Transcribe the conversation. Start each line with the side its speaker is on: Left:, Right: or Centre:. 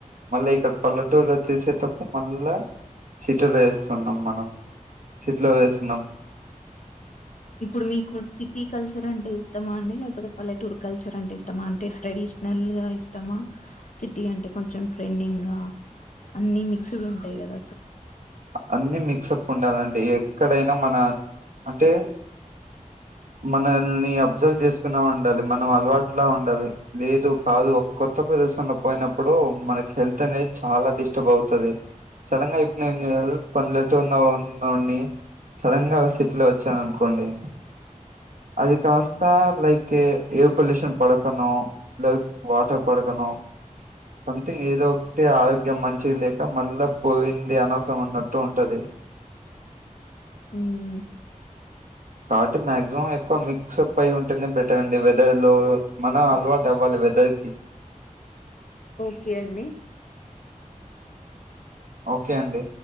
Right: మళ్ళా ఇక్కడ పల్లెటూలు వచ్చేసే తప్పు మళ్ళా సిటీలు వేస్ వస్తున్నాం మనం చెట్లో వేస్తున్నాం
Left: ఇప్పుడు మీకు సిటీ కల్చర్ అంటే ఇష్టమా అండి లేకపోతే పల్లెటూర్ కల్చర్ అంటే ఇష్టమా అంటే ట్రెడిషన్ నల్ గా ఇష్టమా సిటీ అంటే కొంచెం ట్రెండింగ్ గా అన్నిీ మిక్స్డ్ ఉంటాయి కద
Right: అన్నిీ మిక్స్ అప్ ఉండాలంటడి ఎక్కడైనా మన అంటే <inaudible> మనల్ని అబ్జర్వ్ చేసుకున్నా ఉండాలి మనం అలవాట్లా ఉండాలి లేదు కాదు కొత్త ప్రదేశంలో పోయినప్పుడు మనకి హెల్త్ అనేది చాలా డిస్టర్బ్ అవుతుది సడన్ గా ఇప్పుడు నేను పల్లె టూర్ల ఉన్నోన్ని సడన్ గా సిటీ లో వచ్చాను అనుకోండి అది కాస్త లైక్ ఎర్ పొల్యూషన్ పడకనో లైక్ వాటర్ పడకనో సంథింగ్ ఏదో ఒకటి ఆరోగ్యం మంచిగ లేక మళ్ళా పోయి అనసం ఉన్నట్టు ఉంటది
Left: హ్మ్.
Right: కాబట్టి మ్యాగ్ ఎక్కువ మిక్స్ అప్ అయి ఉంటేనే పెట్టండి వెదర్ లో మనం అలవాటు అవ్వాలి వెదర్ కి <inaudible>
Left: ఓకే అండి
Right: ఓకే అండి